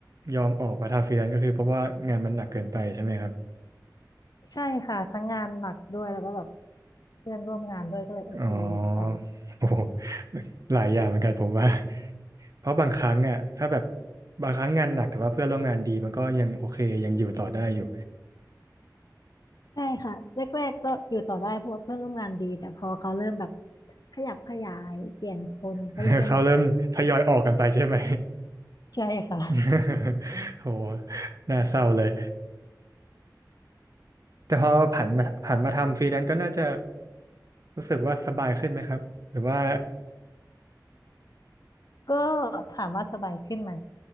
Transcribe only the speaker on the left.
ใช่ค่ะทั้งงานหนักด้วยแล้วก็แบบเพื่อนร่วมงานด้วยก็เลยโอเค
ออก
ใช่ค่ะแรกๆก็อยู่ต่อได้เพราะว่าเพื่อนร่วมงานดีแต่พอเขาเริ่มแบบขยับขยายเปลี่ยนคนก็เลยเริ่มแบบ
ใช่ค่ะ
ก็ถามว่าสบายขึ้นไหม